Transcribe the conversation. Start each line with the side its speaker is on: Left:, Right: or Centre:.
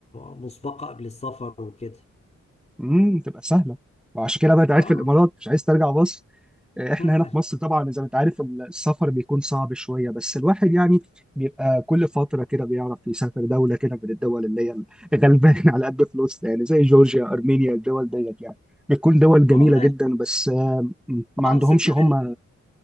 Left: مسبقه قبل السفر وكده
Centre: امم تبقى سهله وعشان كده بقى انت قاعد
Left: اه
Centre: في الامارات مش عايز ترجع مصر احنا
Left: <laughs>
Centre: هنا في مصر طبعا زي ما انت عارف السفر بيكون صعب شويه بس الواحد يعني بيبقى كل فتره كده بيعرف يسافر دوله كده من الدول اللي هي غلبان <laughs> على قد فلوسنا يعني زي جورجيا ارمينيا الدول ديت يعني بتكون دول جميله
Left: والله
Centre: جدا بس آه، ما
Left: اه
Centre: عندهمش
Left: صدقني
Centre: هم